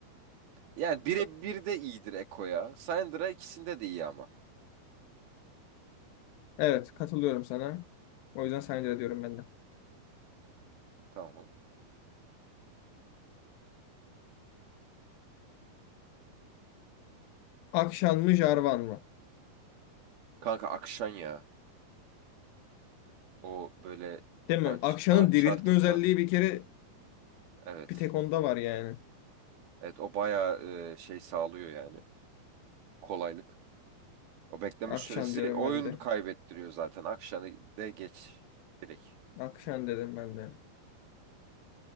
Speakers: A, on the right; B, on the left.
A: yani birebir de iyidir Ekko ya. Syndra ikisinde de iyi ama.
B: Evet katılıyorum sana. O yüzden Syndra diyorum ben de.
A: Tamam.
B: Akşan mı Jarvan mı?
A: Kanka Akşan ya. O böyle
B: Değil mi?
A: Unch-
B: Akşan'ın
A: Uncharted
B: diriltme özelliği
A: tarz.
B: bir kere
A: Evet.
B: bir tek onda var yani.
A: Evet o bayağı e, şey sağlıyor yani. Kolaylık. O bekleme
B: Akşan
A: süresi
B: diyorum
A: oyun
B: ben de.
A: kaybettiriyor zaten. Akşamı de geç direkt.
B: Akşan dedim ben de.